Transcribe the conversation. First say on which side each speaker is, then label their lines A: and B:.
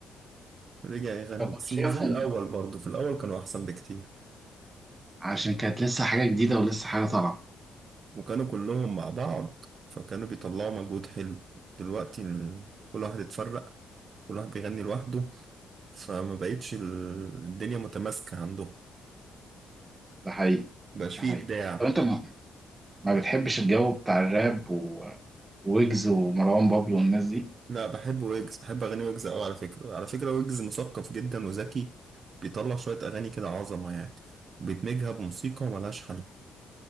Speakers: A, on the right (about 50°); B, on the right (about 20°).
A: رجع يغني
B: فكنت
A: بس
B: شايفهم
A: مش زي الأول برضه في الأول كانوا أحسن بكتير
B: عشان كانت لسه حاجة جديدة ولسه حاجة طالعة
A: وكانوا كلهم مع بعض فكانوا بيطلعوا مجهود حلو دلوقتي ال- كل واحد اتفرق كل واحد بيغني لوحده فما بقتش ال- الدنيا متماسكة عندهم
B: ده حقيقي
A: مبقاش
B: ده
A: فيه
B: حقيقي
A: إبداع
B: طب انت ما, ما بتحبش الجو بتاع الراب و- وويجز ومروان بابلو والناس دي
A: لا بحب ويجز بحب أغاني ويجز أوي على فكرة على فكرة ويجز مثقف جدا وذكي بيطلع شوية أغاني كده عظمة يعني وبيدمجها بموسيقى ملهاش حل